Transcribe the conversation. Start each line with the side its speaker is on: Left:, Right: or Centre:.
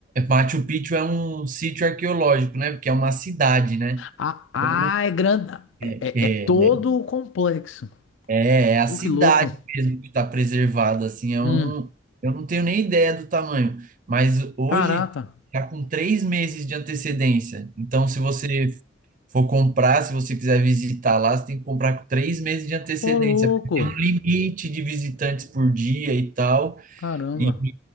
Right: Machu Picchu é um sítio arqueológico, né? Porque é uma cidade, né?
Left: Ah, ah,
Right: Eu
Left: é grande,
Right: não-
Left: é, é- é todo o complexo.
Right: É, é a
Left: Ô,
Right: cidade
Left: que louco.
Right: mesmo que está preservada, assim, é
Left: Hum.
Right: um, eu não tenho nem ideia do tamanho, mas hoje
Left: Caraca.
Right: está com três meses de antecedência. Então, se você for comprar, se você quiser visitar lá, você tem que comprar com três meses de antecedência,
Left: Ô, louco.
Right: porque tem um limite de visitantes por dia e tal.
Left: Caramba.
Right: E,